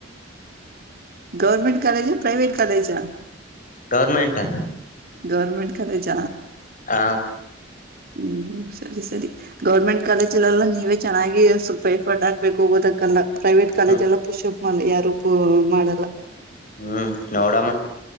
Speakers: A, on the right; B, on the left.
A: ಗೌರ್ಮೆಂಟ್ ಕಾಲೇಜ ಪ್ರೈವೇಟ್ ಕಾಲೇಜಾ
B: ಗೌರ್ಮೆಂಟಾ
A: ಗವರ್ಮೆಂಟ್ ಕಾಲೇಜ
B: ಹ
A: ಹ್ಮ್ ಹ್ಮ್ ಸರಿ ಸರಿ ಗೌರ್ಮೆಂಟ್ ಕಾಲೇಜ್ಲೆಲ್ಲ ನೀವೇ ಚೆನ್ನಾಗಿ ಸ್ವಲ್ಪ ಫಟ್ ಬೇಗ್ ಹೋಗೋದಕ್ಕಲ್ಲ ಪ್ರೈವೇಟ್ ಕಾಲೇಜ್
B: ಹ್ಮ್
A: ಎಲ್ಲ ಪುಷಪ್ ಯಾರು ಮಾಡಲ್ಲ
B: ಹ್ಮ್ ನೋಡಮ್ಮ